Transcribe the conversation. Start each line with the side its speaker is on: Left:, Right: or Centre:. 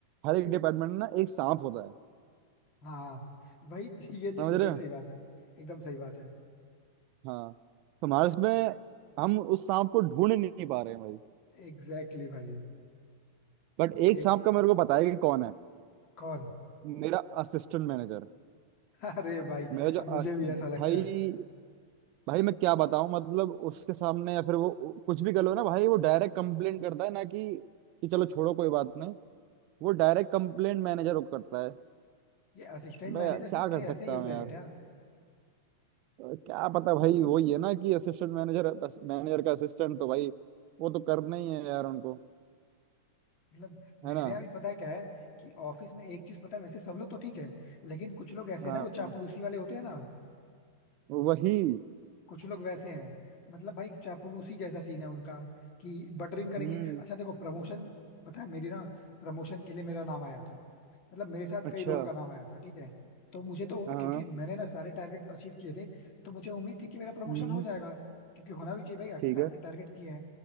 Right: हर एक डिपार्टमेंट में ना एक सांप होता है
Left: हाँ हाँ। वही ये चीज
Right: समझ
Left: वही
Right: रहे
Left: सही
Right: हो
Left: बात है एकदम सही बात है
Right: हाँ तो हमारे इसमें हम उस सांप को ढूंढ नहीं पा रहे हैं भाई
Left: एग्जैक्टली exactly भाई
Right: बट एक
Left: एक
Right: सांप
Left: तो
Right: का मेरे को पता है कि कौन है
Left: कौन
Right: मेरा असिस्टेंट मैनेजर
Left: <laughs> अरे भाई
Right: मेरा जो
Left: अब
Right: अस...
Left: मुझे भी ऐसा लगता
Right: भाई
Left: है
Right: भाई मैं क्या बताऊं मतलब उसके सामने या फिर वो वो कुछ भी कर लो ना भाई वो डायरेक्ट कंप्लेंट करता है ना कि कि चलो छोड़ो कोई बात नहीं वो डायरेक्ट कंप्लेंट मैनेजर को करता है
Left: ये असिस्टेंट
Right: मैं
Left: मैनेजर
Right: क्या
Left: सबके
Right: कर सकता
Left: ऐसे ही होते
Right: हूँ यार
Left: हैं क्या
Right: अ, क्या पता भाई वही है ना कि असिस्टेंट मैनेजर मैनेजर का असिस्टेंट तो भाई वो तो करना ही है यार उनको
Left: मतलब मेरे
Right: है ना
Left: यहाँ भी पता है क्या है कि ऑफिस में एक चीज पता है वैसे सब लोग तो ठीक है लेकिन कुछ लोग ऐसे
Right: हाँ
Left: हैं ना वो चापलूसी
Right: हाँ,
Left: वाले होते हैं ना
Right: वही
Left: कुछ लोग वैसे हैं मतलब भाई चापलूसी जैसा सीन है उनका कि बटरिंग करेंगे
Right: हम्म
Left: अच्छा देखो प्रमोशन पता है मेरी ना प्रमोशन के लिए मेरा नाम आया था मतलब मेरे साथ
Right: अच्छा
Left: कई लोगों का नाम आया था ठीक है तो मुझे तो
Right: हाँ
Left: क्योंकि मैंने ना सारे टारगेट अचीव किए थे तो मुझे उम्मीद थी कि मेरा प्रमोशन
Right: हम्म
Left: हो जाएगा क्योंकि होना भी चाहिए भाई आखिर
Right: ठीक
Left: सारे
Right: है
Left: टारगेट किए हैं